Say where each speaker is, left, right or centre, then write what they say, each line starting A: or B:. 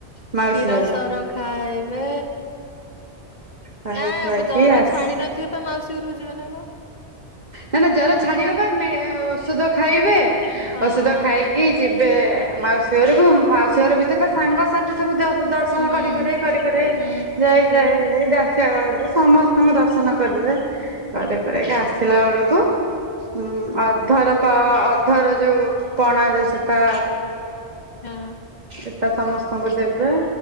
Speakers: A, on the right; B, on the left.
A: ମାଉସୀ
B: କ୍ଷୀର
A: ଘରୁ
B: ସର ଖାଇବେ।
A: ଖାଇ
B: ନା <unintelligible>
A: ଖୁଆଇକି
B: ଜର
A: ଆସି
B: ଛାଡି ନଥିବ ପା ମାଉସୀ ଘରକୁ ଯିବେ ନା କଁ।
A: ନା ନା ଜର ଛାଡିବ ପା ମେ ଓଷଦ ଖାଇବେ
B: ହଁ
A: ଔଷଦ
B: ହଁ
A: ଖାଇ କି ଯିବେ ମାଉସୀ ଘରୁକୁ ମାଉସୀ ଘର ଭିତରେ ତ ସାଙ୍ଗସା ଥି ସବୁ ଦଶ ଦର୍ଶନ
B: ହୁଁ
A: କରି କୁରାକି କରି କୁରାକି
B: ହୁଁ
A: ଯାଇ ଯାଇ ଯାଇ ଏଇ ଦା ସିଆ ବାଉରୀ ସମସ୍ତୁଙ୍କୁ ଦର୍ଶନ କରିବେ କରି କୁରାକି ଆସିଲା ବେଳୁକୁ ଉଁ ଅଧର ପ ଅଧର ଯୋଉ ପଣା ଯୋଉ ସେଟା
B: ହୁଁ।
A: ଏଟା ସମସ୍ତଙ୍କୁ ଦେବେ